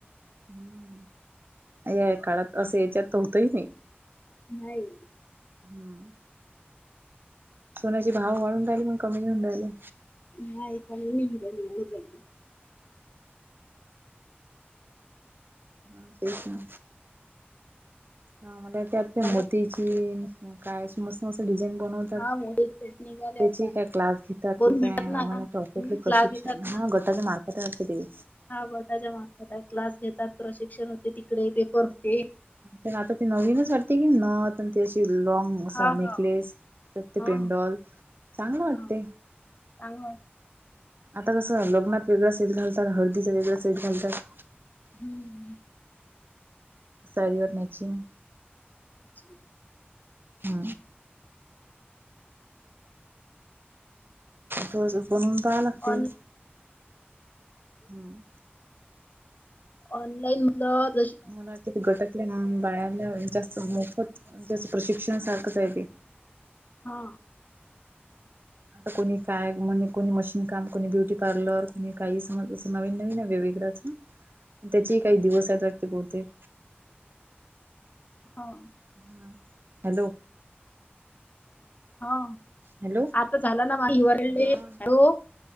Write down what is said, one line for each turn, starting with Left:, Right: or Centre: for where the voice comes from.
Right: हं. या काळात असं, याच्यात तर होत ही नाही.
Left: नाही.
Right: हम्म. सोन्याची भाव वाढून राहिली. पण कमी नाही होऊन राहिले.
Left: नाही, कमी नाही होऊन राहिले. वाढत जायले.
Right: हा, तेच ना. हा मग, त्या त्यात ते
Left: झालं
Right: मोती चीन काय अस मस्त-मस्त डिझाईन बनवतात.
Left: हा मोठी सेट निघाले
Right: त्याची
Left: आता
Right: काय क्लास घेतात
Left: दोन
Right: की
Left: भेटत
Right: काय?
Left: ना
Right: आम्हाला
Left: आता
Right: नाही ठाऊक. प्रशिक्षण
Left: क्लास घेतात
Right: हा
Left: ना
Right: गटाच्या मार्फत असते तें
Left: हा गटाच्या मार्फत हाय क्लास घेतात प्रशिक्षण होते तिकडे पेपर होते.
Right: तर आता ती नवीनच वाटते की नाही नथ आणि ती अशी लॉंग असा
Left: हा
Right: नेकलेस
Left: हा
Right: त्यात ते
Left: हा
Right: पेंडॉल चांगला वाटते.
Left: हा चांगलं
Right: आता कसं लग्नात वेगळा सेट घालतात हळदीत वेगळा सेट घालतात.
Left: हम्म
Right: साडी वर मॅचिंग
Left: <inaudible>
Right: हा तो असं बनून पाहायला लागते.
Left: ऑन
Right: हम्म.
Left: ऑनलाईन नथ
Right: मला वाटते ते गटातले म्हणून बाया ला जास्त मोफत म्हणजे असं प्रशिक्षण सारखच हाय ते.
Left: हा.
Right: आता कोणी काय म्हणजे कोणी मशीन काम कोणी ब्युटी पार्लर कोणी काही समज अस नवीन नवीन आहे वेगवेगडं त्याचे ही काही दिवस आहेत वाटते बहुतेक.
Left: हा.
Right: हा हॅलो.
Left: हा
Right: हॅलो.
Left: आता झाला ना <unintelligible>
Right: हा.